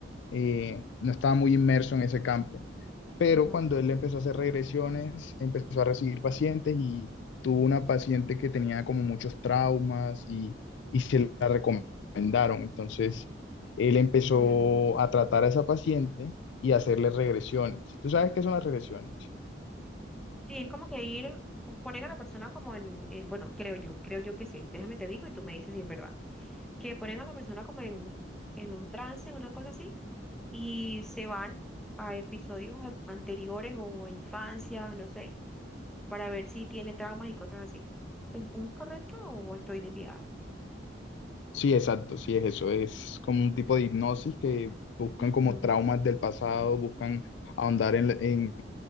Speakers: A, on the left (about 70°); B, in the centre.
A: eh, no estaba muy inmerso en ese campo. Pero
B: Ajá.
A: cuando él empezó a hacer regresiones, empezó a recibir pacientes y tuvo una paciente que tenía como muchos traumas y, y se la recomendaron. Entonces, él empezó
B: Ya, ya.
A: a tratar a esa paciente y a hacerle regresiones. ¿Tú sabes qué son las regresiones?
B: Sí, es como que ir, po- ponen a la persona como en, en- bueno, creo yo, creo yo que sí, déjame te digo y tú me dices si es verdad, que ponen a la persona como en, en un trance, una cosa así, y se van a episodios a- anteriores o a infancias, no sé, para ver si tiene traumas y cosas así. ¿Es, es correcto o estoy desviada?
A: Sí, exacto, sí es eso, es como un tipo de hipnosis que buscan
B: Ujú,
A: como traumas del pasado, buscan ahondar en, la en-